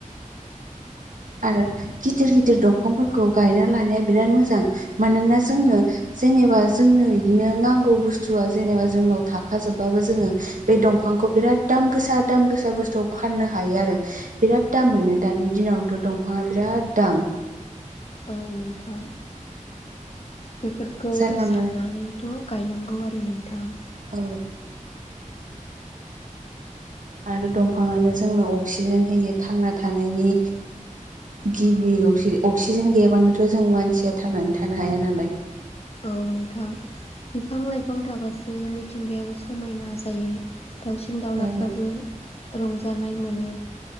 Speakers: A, on the right; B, on the left.
A: आरो गिदिर गिदिर दंफांफोरखौ गायना लानाया बिराद मोजां मानोना जोंनो जेनेबा जोंनो इदिनो नांगौ बुस्थुआ जेनेबा जोंनाव थाखाजोबबाबो जोङो बे दंफां खौ बिराद दाम गोसा दाम गोसा बुस्थु फाननो हायो आरो बिराद दाम मोनो दानि दिनाव। थ' दंफाङा बिराद दाम
B: औ नोंथां बेफोरखौ
A: जानला
B: साननानैथ'
A: मोनला
B: गायनांगौ आरो नोंथां।
A: औ आरो दंफाङानो जोंनो अक्सिजेन होयो थांना थानायनि गिबि अक्सि अक्सिजेन गैयाबानोथ' जों मानसिया थांनानै थानो हाया नालाय
B: औ नोंथां बिफां लाइफां थाबासो मिथिंगायाबो समायना जायो। दाउसिन दाउलाफ्राबो
A: औ
B: रंजानाय मोनो।